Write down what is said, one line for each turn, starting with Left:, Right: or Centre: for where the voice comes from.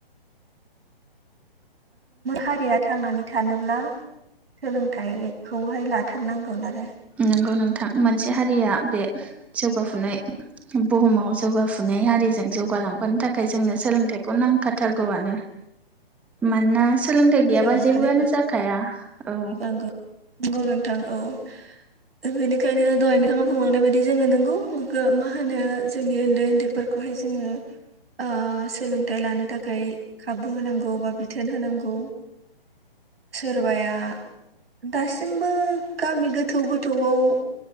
Right: हारिया थांनानै थानोब्ला सोलोंथाइखौहाय लाथारनांगोन आरो
Centre: नंगौ नोंथां मोनसे हारिया बे जौगाफुनाय बुहुमाव जौगाफुनाय हारिजों जौगालांफानो थाखाय जोंनो सोलोंथाइखौ नांखाथारगौआनो मानोना सोलोंथाइ
Right: जौगालांफानो
Centre: गैयाबा जेबोआनो जाखाया औ
Right: नांगौ नंगौ नोंथां औ बेनि ओंखायनो दहाय नोंथांआ बुंलांनाय बायदि जोङो नंगौ मा होनो जोंनि उन्दै उन्दैफोरखौहाय जोङो ओ सोलोंथाइ लानो थाखाय खाबु होनांगौ बा बिथोन होनांगौ। सोरबाया दासिमबो गामि गोथौ गोथौआव